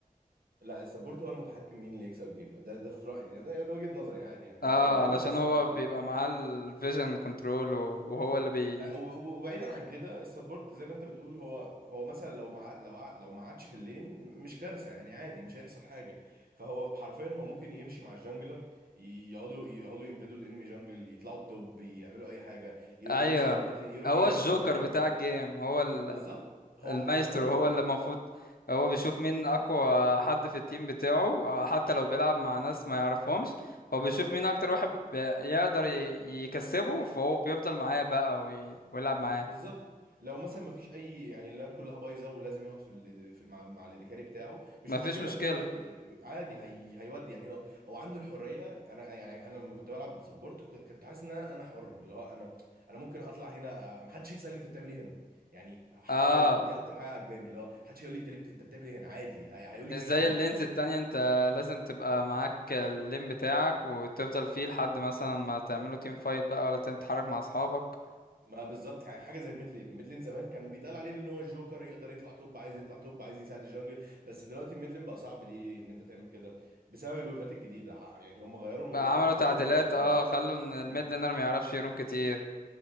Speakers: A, on the right (about 85°); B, on the left (about 85°).
A: لا السبورت هو المتحكم مين اللي يكسب الجيم ده ده في رايي يعني ده, ده وجهه نظري عادي يعني ممكن
B: اه
A: تبقى غلط
B: علشان
A: بس
B: هو
A: انا
B: بيبقى معاه الفيجن كنترول وهو اللي بي
A: ب- وب- وبعيدا عن كده السبورت زي ما انت بتقول هو هو مثلا لو ما عاد- لو عاد- لو ما عادش في اللين مش كارثه يعني عادي مش هيحصل حاجه فهو حرفيا هو ممكن يمشي مع الجانجلر ي- يقعدوا يقعدوا ينفدوا الانمي جانجل يطلعوا التوب يعملوا اي حاجه ي-
B: ايوه
A: يمشي مع الميد لين يروح
B: هو
A: يجانك
B: الجوكر
A: الميد لين
B: بتاع الجيم هو ال-
A: بالظبط هو
B: المايسترو
A: هو حر
B: هو
A: هو
B: اللي المفروض هو بيشوف مين اقوى حد في التيم بتاعه حتى لو بيلعب مع ناس ما يعرفهمش هو بيشوف مين اكتر واحد بي- يقدر ي- يكسبه فهو بيفضل معاه بقى وي- ويلعب معاه
A: بالظبط لو مثلا ما فيش اي يعني اللينات كلها بايظه ولازم يقعد في, الإد... في مع, مع الادكاري بتاعه مش
B: مفيش
A: مشكله
B: مشكلة
A: ممكن يقعد عادي هي... هيودي يعني هو هو عنده الحريه انا يعني انا لما كنت بلعب سبورت ك- كنت حاسس ان انا أنا حر اللي هو انا انا ممكن اطلع هنا ما حدش هيسالني انت بتعمل ايه هنا يعني حرفيا
B: اه
A: دي اكتر حاجه عجباني اللي هو محدش هيقول لي انت ليه بت... انت بتعمل ايه هنا عادي هي... هيقول
B: مش
A: لي ثانك
B: زي
A: يو
B: اللينز التانية انت لازم تبقى معاك اللين بتاعك وتفضل فيه لحد مثلا ما تعملوا تيم فايت بقى ولا تتحرك مع اصحابك
A: ما بالظبط يعني حاجه زي ميدلين ميدلين زمان كان بيتقال عليه ان هو الجوكر يقدر يطلع توب عايز يطلع توب عايز يساعد الجنجل بس دلوقتي ميدلين بقى صعب ليه ان انت تعمل كده بسبب الويفات الجديده ع- يعني هم غيروا الموضوع
B: بقى عملوا
A: ده خلوا
B: تعديلات
A: الويفه في
B: اه
A: الميدل
B: خلوا ان الميد
A: مم.
B: لينر ما يعرفش يروم كتير